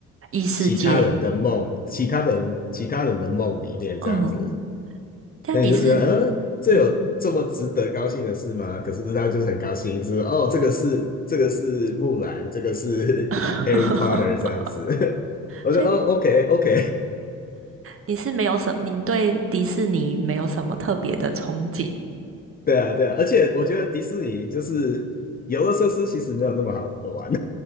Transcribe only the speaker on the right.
异世界，
嗯，但你是，
嗯，
<laughs>
所以
你是没有什，你对迪士尼没有什么特别的憧憬